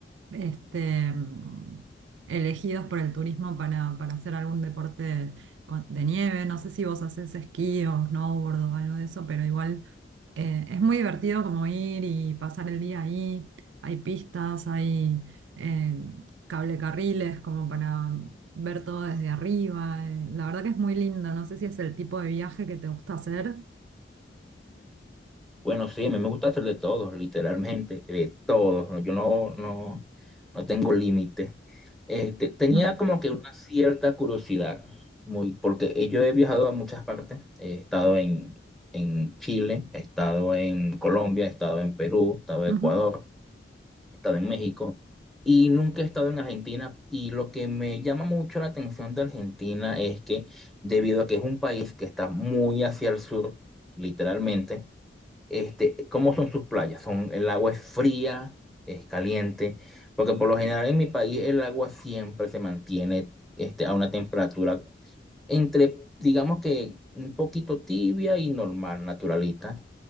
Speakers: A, on the right; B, in the centre.
A: este, mm, elegidos por el turismo para, para hacer algún deporte con- de nieve. No sé si vos haces esquí o snowboard o algo de eso, pero igual eh, es muy divertido como ir y pasar el día ahí. Hay pistas, hay eh, cablecarriles como para ver todo desde arriba. eh, La verdad que es muy lindo. No sé si es el tipo de viaje que te gusta hacer.
B: Bueno, sí, a mí me gusta hacer de todo, literalmente, de todo. ¿no? Yo no, no, no tengo límite. Este, tenía
A: Mm,
B: como que una cierta curiosidad, muy, porque yo he viajado a muchas partes. He estado en, en Chile, he estado en Colombia, he estado en Perú, he estado en
A: ujú,
B: Ecuador, he estado en México y nunca he estado en Argentina. Y lo que me llama mucho la atención de Argentina es que, debido a que es un país que está muy hacia el sur, literalmente, este, ¿cómo son sus playas? Son, el agua es fría, es caliente, porque por lo general en mi país el agua siempre se mantiene este, a una temperatura entre, digamos que un poquito tibia y normal, naturalita.